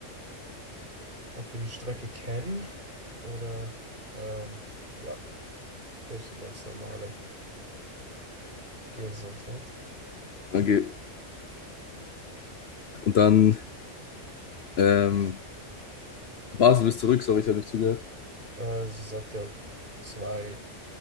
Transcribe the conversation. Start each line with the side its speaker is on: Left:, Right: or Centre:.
Right: ob wir die Strecke kennen oder ähm, ja, durch die ganz normale Gesundheit.
Left: Dann geht, und dann ähm, Basel bis zurück, sorry, ich habe nicht zugehört.
Right: Äh, sie sagt ja zwei,